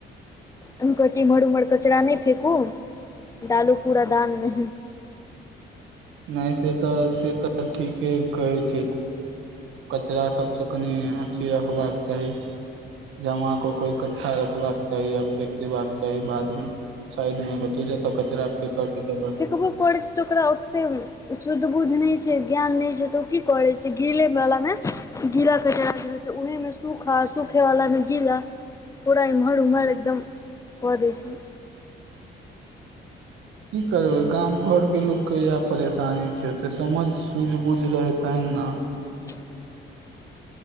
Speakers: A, on the left; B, on the right.
A: हम कहै छिय एमर उमहर कचरा नहि फेेकू डालू कूड़ा दानमे
B: नहि से तऽ से तऽ ठीके कहै छै कचरा सबसँ कनि अथी रखबाक चाही जमा को कोई इकठ्ठा रखबाक चाही य फेेक देबाका चाही बाद मे साइड मे तू जेता कचराके फ़ेक कें जगह
A: ओब को <inaudible> तऽ ओकरा ओतेक शुद्ध बुद्ध नहि छै ज्ञान नहि छै तऽ ओ की करै छै गीरैवलामे गीला कचड़ा जे रहै छै उहेमे सूखा सूखे वाला मे गीला पूरा इम्हर उमहर एकदम क दै छै
B: की करबै गाम घरके लोकके इएह परेशानी छै तऽ समझ सूझ बूझ रहे तन ने
A: <unintelligible>